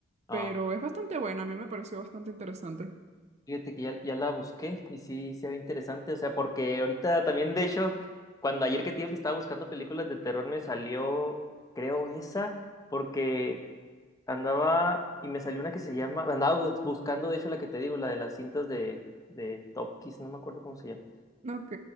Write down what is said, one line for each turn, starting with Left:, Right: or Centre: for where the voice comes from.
Left: Ah,
Right: pero es bastante buena, a mí me pareció bastante interesante.
Left: Fíjate que ya, ya la busqué y sí se ve interesante, o sea, porque ahorita también, de hecho, cuando ayer que te digo que estaba buscando películas de terror, me salió, creo, esa, porque andaba y me salió una que se llama, andaba bus- buscando, de hecho, la que te digo, la de las cintas de, de Top Kiss, no me acuerdo cómo se llama,
Right: Ok,